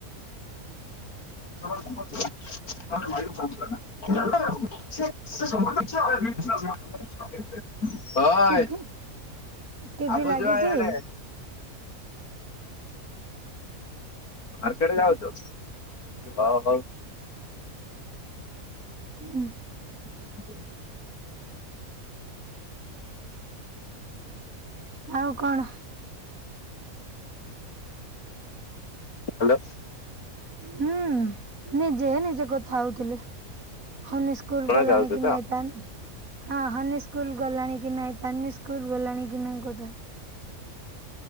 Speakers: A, on the left; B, on the right.
A: <unintelligible> <unintelligible>
B: ଟିଭି ଟିଭି
A: ଆବୁ
B: ଲାଗିଚି?
A: ଯା ଇଆଡେ ମାର୍କେଟ ଯାଉଚ ହ ହଉ।
B: ଉଃ
A: ହୁଁ
B: ଆଉ କଣ?
A: ହାଲୋ
B: ହୁଁ ନିଜେ ନିଜେ କଥା ହଉଥିଲେ ହନି ସ୍କୁଲ
A: ଶୁଣା
B: ଗଲାଣିି
A: ଯାଉଛି
B: କି
A: ତ?
B: ନାଇଥାନ୍ ହଁ ହନି ସ୍କୁଲ ଗଲାଣି କି ନାଇଁ ତାନି ସ୍କୁଲ ଗଲାଣି କି ନାଇଁ କ